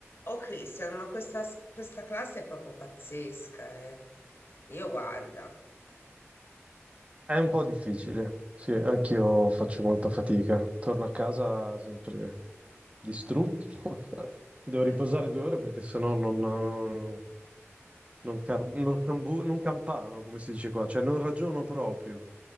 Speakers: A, on the left; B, on the right.
A: Oh Cristian, ma questa, s- questa classe è proprio pazzesca, eh. Io guarda.
B: È un po' difficile, sì, anch'io faccio molta fatica. Torno a casa sempre distrutto. <laughs> Mi Devo riposare
A: Mm.
B: due ore perché sennò non, non, car- non cambu- non campano, come si dice qua, cioè non ragiono proprio.